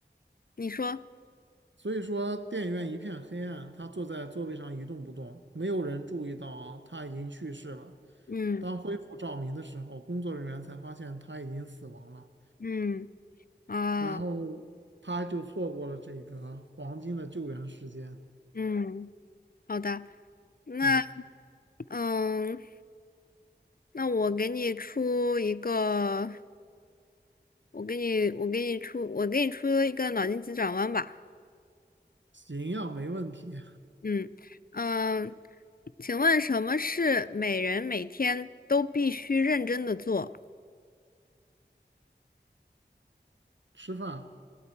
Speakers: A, on the left; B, on the right.
A: 你说，
B: 所以说，电影院一片黑暗，他坐在座位上一动不动，没有人注意到啊，他已经去世了。
A: 嗯
B: 当恢复照明的时候，工作人员才发现他已经死亡了，
A: 嗯，啊
B: 然后他就错过了这个黄金的救援时间。
A: 嗯。好的，那
B: 对，
A: 嗯，那我给你出一个，我给你，我给你出，我给你出一个脑筋急转弯吧。
B: 行营没问题，
A: 嗯嗯，请问什么是每人每天都必须认真的做？
B: 吃饭、